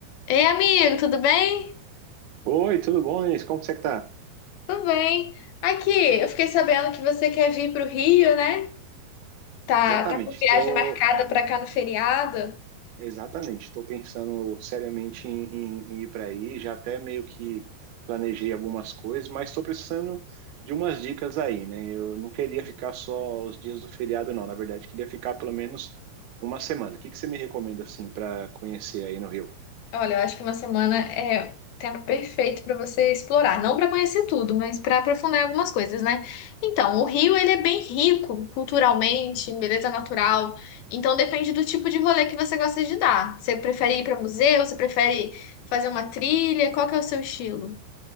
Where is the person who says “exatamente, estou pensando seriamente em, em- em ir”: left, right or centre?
Right